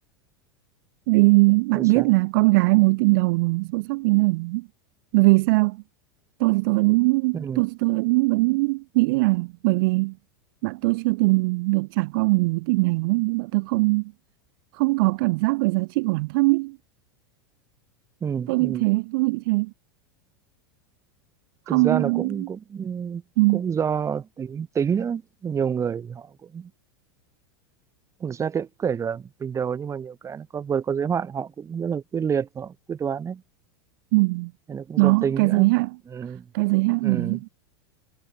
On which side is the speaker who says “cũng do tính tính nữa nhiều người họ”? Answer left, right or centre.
Right